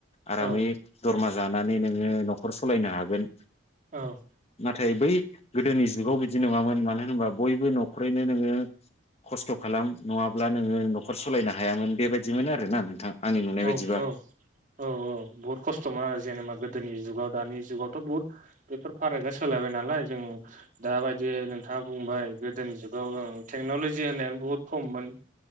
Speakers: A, on the left; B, on the right.
A: आरामै
B: औ
A: दरमा लानानै नोङो न'खर सलायनो हागोन।
B: औ
A: <unintelligible> बै गोदोनि जुगाव बिदि नङामोन मानो होनबा बयबो न'खरैनो नोङो खस्थ' खालाम नङाब्ला नोङो न'खर सलायनो हायामोन बेबादिमोन आरोना नोंथां। आंनि नुनाय
B: औ
A: बायदिबा
B: औ औ औ बहुत खस्थ'मोन आरो जेनेबा गो दोनि जुगाव दानि जुगावथ' बहुत बेफोर फारागआ सोलायबाय नालाय जों दाबादियै नोंथाङा बुंबाय गोदोनि जुग औ ओं थेक्न'ल'जि होननायानो बुहुद खममोन